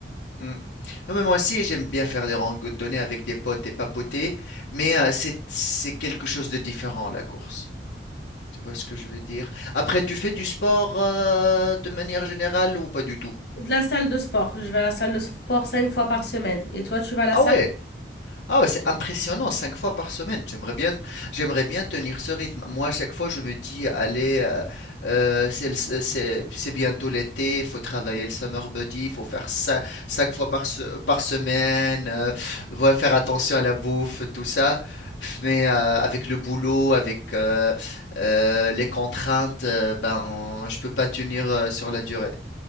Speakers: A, on the left; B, on the left.
A: mm. Non, mais moi aussi, j'aime bien faire des randonnées avec des potes et papoter, mais euh, c'est, c'est quelque chose de différent, la course. Tu vois ce que je veux dire? Après, tu fais du sport euh, de manière générale ou pas du tout?
B: De la salle de sport. Je vais à la salle de sport cinq fois par semaine. Et toi, tu vas à la
A: Ah
B: salle?
A: ouais? Ah ouais, c'est impressionnant, 5 fois par semaine. J'aimerais bien, j'aimerais bien tenir ce rythme. Moi, à chaque fois, je me dis, allez, euh, euh, c'est, le- c'est, c'est- c'est bientôt l'été, il faut travailler le summer body, il faut faire ça 5 fois par, se- par semaine, euh, voilà, faire attention à la bouffe, tout ça. Pff, Mais euh, avec le boulot, avec euh, euh, les contraintes, euh, ben, je peux pas tenir euh, sur la durée.